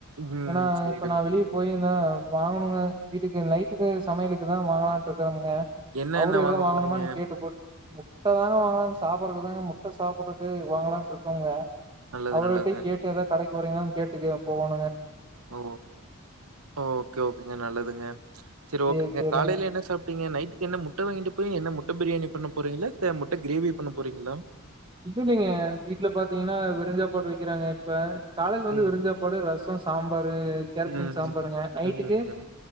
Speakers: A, on the right (about 75°); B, on the right (about 20°).
A: ம்.
B: ஏனா
A: சரி,
B: இப்ப நா
A: ஓகேங்க.
B: வெளிய போயிருந்தா வாங்கணுங்க வீட்டுக்கு நைட்டுக்கு சமையலுக்கு எதா வாங்கலான்ட்ருக்கறங்க அ
A: என்ன
B: அவரு
A: என்ன
B: எது
A: வாங்க
B: வாங்கணுமான்
A: போறீங்க?
B: கேட்டுபுட் முட்டதாங்க வாங்கனுன் சாப் ப்றதுக்குதா முட்ட சாப்புட்னுட்டு வாங்கலான் இருக் கோங்க
A: நல்லது,
B: அவருட்டையு
A: நல்லது.
B: கேட்டு எதா கடைக் போறிங்களான் கேட்டுக்க போகனுங்க
A: ஓ ஓ ஓகே ஓகேங்க நல்லதுங்க செரி
B: சேரி
A: ஓகேங்க
B: சேரிங்க
A: காலைல என்ன சாப்ட் டிங்க நைட்டுக்கு என்ன முட்ட வாங்கிட்டு போய் என்ன முட்ட பிரியாணி பண்ண போறீங்களா த முட்ட கிரேவி பண்ண போறீங்களா
B: இல்ல நீங்க வீட்ல பாத்தீங்கனா வெருஞ்சாப்பாடு வெக்கிறாங்க இப்ப காலைல வந்து
A: ம்.
B: வெருஞ்சாப்பாடு ரச சாம்பாரு கேரட்
A: ம்.
B: பீன் சாம்பாருங்க
A: ம்.
B: நைட்டுக்கு
A: ம். ம்.